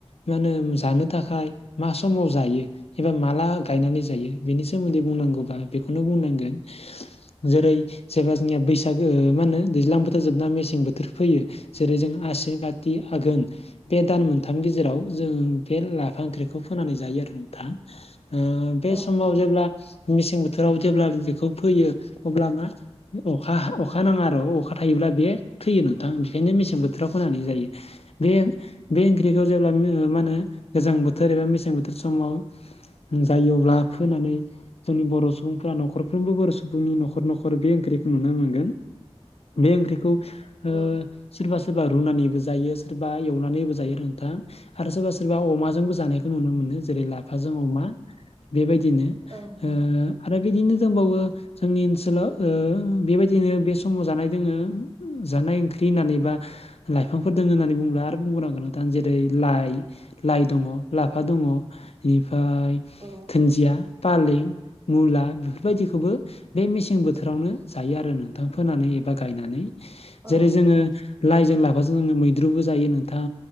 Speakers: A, on the left; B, on the right.
A: मा होनो जानो थाखाय मा समाव जायोबा माला गनानै ज बेनि सोमोन्दै बुंनांगौबा बेखौनो बुंनांगोन जेरै सोरबा जोंनिया बैसागो मा होनो दैज्लां बोथोर जोबना मेसें बोथोर फैयो जेरै जों आसिन काथि आघोन बे दान मोनथामनि गेजेराव जों बे लाफा ओंख्रिखौ फोनानै जायो आरो नोंथां ओ बे
B: औ
A: समाव
B: नोंथां
A: जेब्ला मेसें बोथोराव जेब्ला बेखौ फैयो अब्ला मा अखा अखा नाङा आरो अखा थायोब्ला बेयो थैयो नोंथां बेखायनो मेसें बोथोराव फोनानै जायो बे बे ओंख्रिखौ जेब्ला मा होनो गोजां बोथोर एबा मेसें बोथोर समाव जायोब्ला फोनानै जोंनि बर सुबुंफ्रा नखरफ्रोमबो बर सुबुंनि नखर नखर बे ओंख्रिखौ नुनो मोनगोन बे ओंग्रिखौ ओ
B: औ
A: सोरबा सोरबा रुनानैबो जायो सोरबा एवनानैबो जायो रोंथां आरो सोरबा सोरबा अमाजोंबो जानायखौ नुनो मोनो जेरै लाफाजों अमा बेबायदिनो
B: औ नोंथां
A: ओ आरो बिदिनो दंबावो जोंनि ओनसोलाव ओ बेबायदिनो बे समाव जानाय दोङो जानाय ओंख्रि होननानै बा लाइफांफोर दङ होननानै बुंङोब्ला आरो बुंबोनांगोन नोंथां जेरै लाइ लाइ दङ लाफा दङ इनिफ्राय
B: औ
A: दोन्जिया फालिं, मुला बिफोरबायदिखोबो बे मेसें बोथोरावनो जायो आरो नोंथां फोनानै एबा गायनानै जेरै
B: औ नोंथां
A: जोङो लाइजों लाफाजों जोङो मैद्रुबो जायो नोंथां